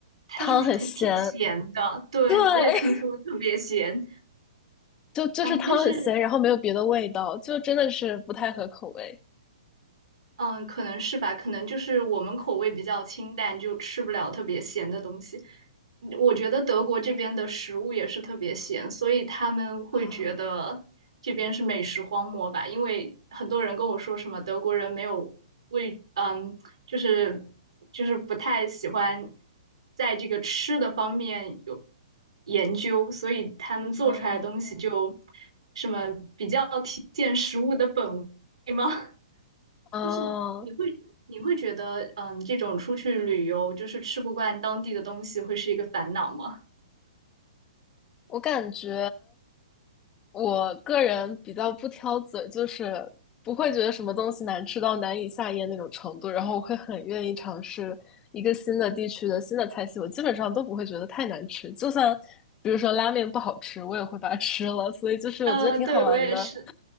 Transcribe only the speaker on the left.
汤很咸，
对，
就就是汤很咸，
然后没有别的味道，就真的是不太合口味
啊，
哦
哦，
我感觉我个人比较不挑嘴，就是不会觉得什么东西难吃到难以下咽那种程度，然后我会很愿意尝试一个新的地区的新的菜系，我基本上都不会觉得太难吃。就算比如说拉面不好吃，我也会把它吃了，所以就是我觉得挺好玩的。